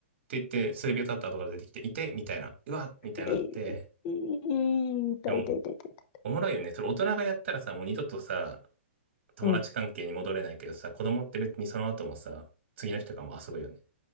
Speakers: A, on the right; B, on the left.
A: 言って、数秒経った後から出てきて、いてみたいな。うわみたいになって。
B: いい、痛い痛い痛い痛い。
A: でも、おもろいよね。それ大人がやったらさ、もう二度とさ、友達関係に戻れないけどさ、
B: うん。
A: 子供って別にその後もさ、次の日とかも遊ぶよね。